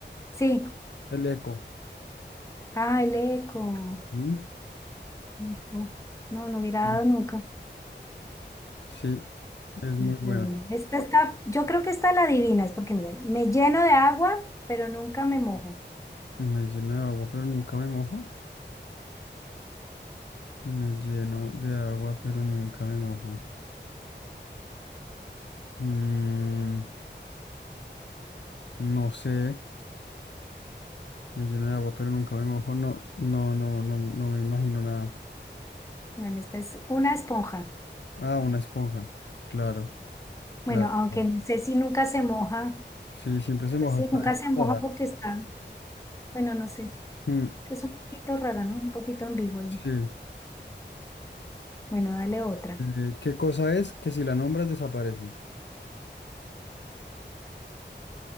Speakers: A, on the left; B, on the left.
A: Sí,
B: El eco.
A: ah, el eco.
B: ¿Mm?
A: Ujú. No, no hubiera
B: Mm.
A: dado nunca.
B: Sí, es muy bueno.
A: Bueno, esta está, yo creo que esta la adivinas, porque mira, me lleno de agua, pero nunca me mojo.
B: Me lleno de agua, pero nunca me mojo. Me lleno de agua, pero nunca me mojo. Mm, no sé. Me lleno de agua, pero nunca me mojo. No, no, no, no, no me imagino nada.
A: Bueno, esta es una esponja.
B: Ah, una esponja. Claro, claro.
A: Bueno, aunque
B: claro.
A: no sé si nunca se moja,
B: Sí, siempre se moja.
A: pues sí,
B: hasta
A: nunca
B: esta
A: se moja
B: rara.
A: porque está, bueno, no sé,
B: Mm,
A: es un poquito rara, ¿no? Un poquito ambigua.
B: sí.
A: Bueno, dale otra.
B: Eh, ¿qué cosa es que si la nombras desaparece?